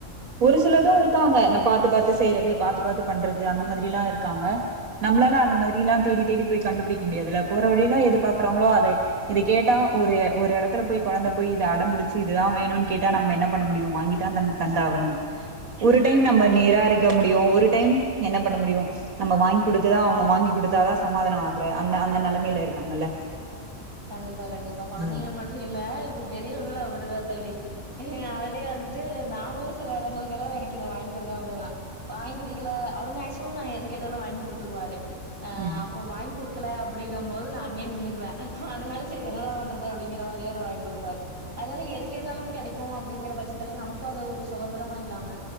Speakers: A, on the right (about 75°); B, on the right (about 35°).
A: ஒரு சிலதும் இருக் இருக்காங்க நா பாத்து பாத்து செய்றது பாத்து பாத்து பண்றது அந்த மாரிலாம் இருக்காங்க நம்மளால அந்த மாரிலாம் தேடி தேடி போய் கண்டுபுடிக்க முடியாதுல போற வழில எது பாக்குறாங்களோ அத இத கேட்டா ஒரு ஒரு எடத்துல போய் கொழந்த போய் இத அடம்புடிச்சு இதுதான் வேணும்னு கேட்டா நம்ம என்ன பண்ண முடியும் வாங்கிதான் தந்து ஆகணும. ஒரு டைம்
B: கண்டிப்பா
A: நம்ம நிராரிக்க முடியும் ஒரு டைம். என்ன பண்ண முடியும் நம்ம வாங்கி குடுத்துதா ஆவணும் வாங்கி குடுத்தாதான் சமாதானம் ஆகுற அந்த அந்த நிலைமயில இருக்காங்கல்ல.
B: கண்டிப்பா கண்டிப்பா கொழந்தைங்க
A: ம்
B: மட்டும் இல்ல இப்ப பெரியவங்களும் அப்படிதா தோழி அதுலயு வந்துட்டு நானுமே சில இடங்களுக்கெல்லாம் எனக்கு இது வாங்கி குடுங்க அப்படிங்குவ. வாங்கி குடிக்கல. அருண் ஐஸ் இப்பவு நா எது கேட்டாலு வாங்கி குடுத்துருவாரு ஆஹ்
A: ம்
B: அப்ப வாங்கி குடுக் துல அப்டிங்கம் போது நா அங்கே நின்னுக்குவே ஹா அதனால சேரி என்டா பண்றது அப்டிங்கிற மார் ஏதோ வாய்ங் குடுப்பாரு அதுனால எது கேட்டாலும் கெடைக்கு அப்டிங்கிற பட்சத்துல நமக்கு அது ஒரு சொகந்திரமா இல்லாம